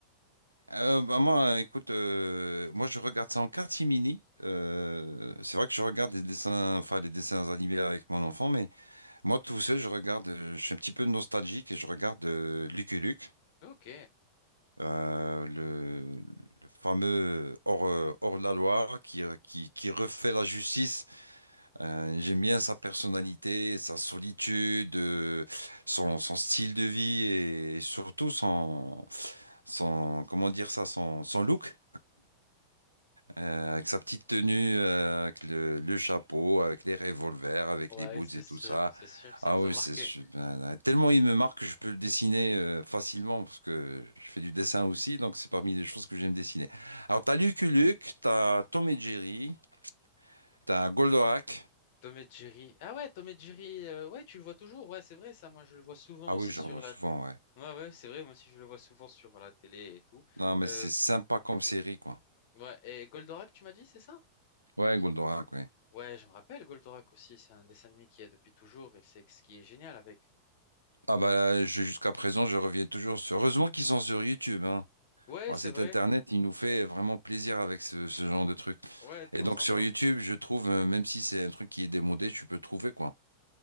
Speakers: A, on the right; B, on the left.
A: Euh, bah moi, euh, écoute, euh, moi je regarde ça en catimini. Euh, c'est vrai que je regarde des dessins, enfin des dessins animés avec mon enfant, mais moi tout seul, je regarde, euh, je suis un petit peu nostalgique et je regarde euh, Lucky Luke,
B: Ok.
A: euh, le, le fameux hors, euh, hors la loi qui, euh, qui, qui refait la justice. Euh, j'aime bien sa personnalité, sa solitude, euh, son, son style de vie et, surtout son, son, comment dire ça, son, son look. Euh, avec sa petite tenue, euh, avec le, le chapeau, avec les revolvers, avec
B: Ouais,
A: les boots
B: c'est
A: et
B: sûr,
A: tout ça.
B: c'est sûr, ça
A: Ah
B: nous
A: oui,
B: a marqué.
A: c'est su- ben, euh, tellement il me marque que je peux le dessiner euh, facilement parce que je fais du dessin aussi, donc c'est parmi les choses que j'aime dessiner. Alors t'as Lucky Luke, t'as Tom et Jerry, t'as Goldorak.
B: Tom et Jerry. Ah ouais, Tom et Jerry, euh, ouais, tu le vois toujours. Ouais, c'est vrai, ça, moi, je le vois souvent
A: Ah
B: aussi
A: oui, j'en
B: sur
A: vois
B: la.
A: souvent, ouais.
B: Ouais, ouais, c'est vrai, moi aussi, je le vois souvent sur la télé et tout.
A: Non, mais
B: Euh,
A: c'est sympa comme série, quoi.
B: ouais, et Goldorak, tu m'as dit, c'est ça?
A: Ouais, Goldorak, ouais.
B: Ouais, je me rappelle, Goldorak aussi, c'est un dessin animé qu'il y a depuis toujours et c'est ce qui est génial avec.
A: Ah bah, je- jusqu'à présent, je reviens toujours sur. Heureusement qu'ils sont sur YouTube, hein.
B: Ouais,
A: Bon,
B: c'est
A: cet
B: vrai.
A: Internet, il nous fait vraiment plaisir avec ce, ce genre de truc.
B: Ouais, de
A: Et
B: temps
A: donc
B: en
A: sur
B: temps.
A: YouTube, je trouve, euh, même si c'est un truc qui est démodé, tu peux trouver quoi.